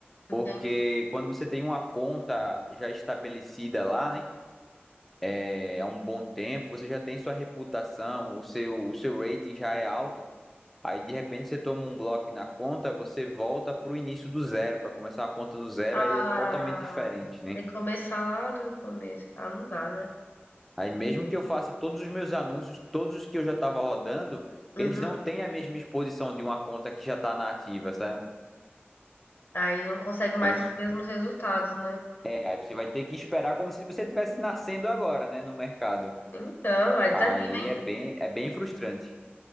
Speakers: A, on the left; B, in the centre.
A: entendi.
B: Porque quando você tem uma conta já estabelecida lá, né, é, há um bom tempo, você já tem sua reputação, o seu, o seu rating já é alto. Aí de repente você toma um bloco na conta, você volta pro início do zero, para começar a conta do zero,
A: Ah,
B: aí é totalmente diferente, né?
A: tem que começar lá do começo. Ah, não dá, né?
B: Aí mesmo que eu faça todos os meus anúncios, todos os que eu já estava rodando,
A: Uhum.
B: eles não têm a mesma exposição de uma conta que já está na ativa, sabe?
A: Aí não consegue mais
B: Então, isso
A: os mesmos resultados, né?
B: É, aí você vai ter que esperar como se você estivesse nascendo agora, né, no mercado.
A: Então, aí
B: Aí
A: desanima.
B: é bem, é bem frustrante.